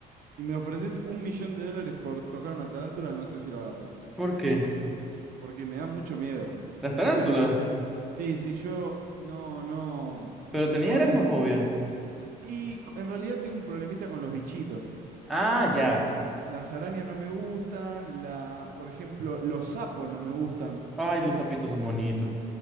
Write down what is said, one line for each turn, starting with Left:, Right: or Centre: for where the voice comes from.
Right: Si me ofreces un millón de dólares por tocar una tarántula, no sé si lo agarro.
Centre: ¿Por qué?
Right: Porque me da mucho miedo.
Centre: ¿Las tarántulas?
Right: O sea, me da... Sí, sí, yo... No, no.
Centre: Pero tenía
Right: Con
Centre: aracnofobia.
Right: eso... Y c- en realidad tengo un problemita con los bichitos.
Centre: Ah, ya.
Right: Las arañas no me gustan, la... por ejemplo, los sapos no me gustan.
Centre: Ay, los sapitos son bonitos.